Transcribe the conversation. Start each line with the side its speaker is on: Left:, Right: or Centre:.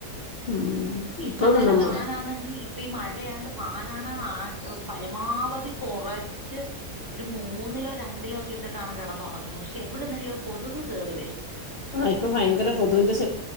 Left: ഉം
Right: ഇപ്പതന്നെ
Left: ഇപ്പം നമ്മ
Right: ഫാനാണെങ്കി ഇപ്പം ഈ മഴയാണ്ട് ഫാനാണെ ആ പരമാവധി കുറച്ച് ഒരു മൂന്നിലോ രണ്ടിലോ ഒക്കെ ഇട്ടിട്ട് ന്നാണ് കിടന്നുറങ്ങുന്നത് പക്ഷെ എവിട്നെങ്കിലും കൊതുക് കേയറി വരും
Left: ആ ഇപ്പൊ ഭയങ്കര കൊതുവിന്റെ ഷ